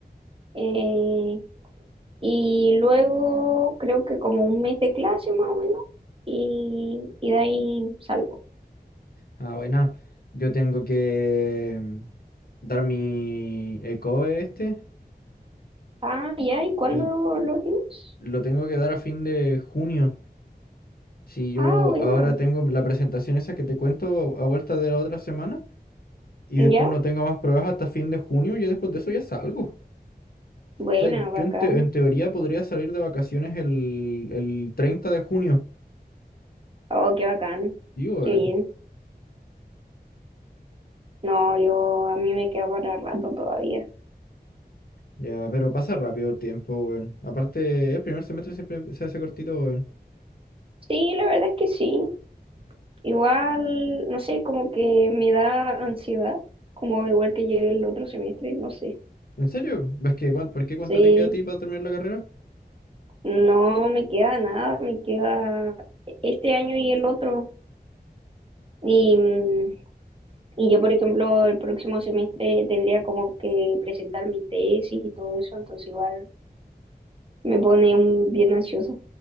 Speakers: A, on the right; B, on the left.
A: eh, y luego creo que como un mes de clase más o menos. Y, y de ahí salgo.
B: Ah, buena. Yo tengo que mm, dar mi ECOE este
A: Ah, ya, ¿y cuándo
B: y
A: lo tienes?
B: lo tengo que dar a fin de junio. Si yo
A: Ah, buena.
B: ahora tengo la presentación esa que te cuento a a vuelta de la otra semana y
A: ¿Ya?
B: después no tengo más pruebas hasta fin de junio, Y después de eso ya salgo. O
A: Buena,
B: sea,
A: bacán.
B: yo en, te- en teoría podría salir de vacaciones el, el 30 de junio.
A: Oh, qué bacán.
B: Digo,
A: Qué
B: weón.
A: bien. No, yo a mí me queda para rato todavía.
B: Ya, pero pasa rápido el tiempo, weón. Aparte, el primer semestre siempre se hace cortito, weón.
A: Sí, la verdad es que sí. Igual, no sé, como que me da ansiedad, como igual que llegue el otro semestre, no sé.
B: ¿En serio? ¿Ves que cuán- por qué cuánto
A: Sí,
B: te queda a ti para terminar la carrera?
A: no me queda nada, me queda este año y el otro. Y, mm, y yo, por ejemplo, el próximo semestre tendría como que presentar mi tesis y todo eso, entonces igual me pone mm, bien ansiosa.